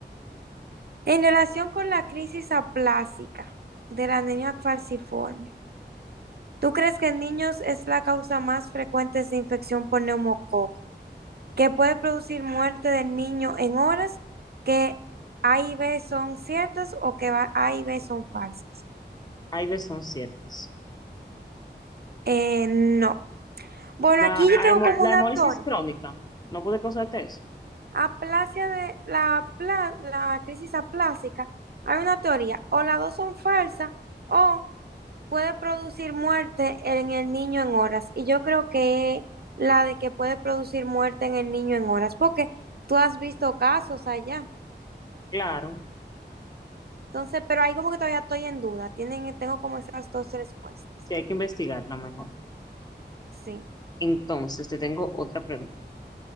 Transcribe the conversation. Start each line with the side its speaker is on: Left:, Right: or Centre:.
Right: En relación con la crisis aplásica de la anemia falciforme, ¿Tú crees que en niños es la causa más frecuente de infección por neumococo, que puede producir muerte del niño en horas que A y B son ciertas o que va- A y B son falsas?
Left: Hay veces son ciertas.
Right: Eh, no. Bueno,
Left: La,
Right: aquí yo tengo
Left: hemo-
Right: como
Left: la
Right: una
Left: hemólisis
Right: teoría.
Left: crónica, ¿no puede causarte eso?
Right: Aplasia de la, pla la crisis aplásica, hay una teoría. O las dos son falsas o puede producir muerte en el niño en horas. Y yo creo que la de que puede producir muerte en el niño en horas, porque tú has visto casos allá.
Left: Claro,
Right: Entonces, pero ahí como que todavía estoy en duda. Tienen, tengo como esas dos respuestas.
Left: sí hay que investigarla mejor.
Right: Sí,
Left: Entonces, te tengo otra pregunta.